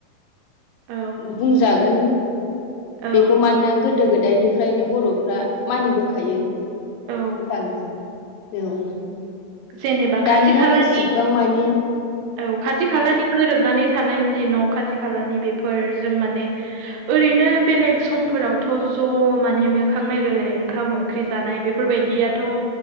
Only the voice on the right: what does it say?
औ
औ
औ
जेनेबा
खाथि खालानि
औ खाथि खालानि गोरोबनानै थानाय जि न' खाथि खालानि बेफोरजों माने ओरैनो बेलेग समफोरावथ' ज' माने मोखां नायलायलाय ओंखाम-ओंख्रि जानाय बेफोरबायदिया थ'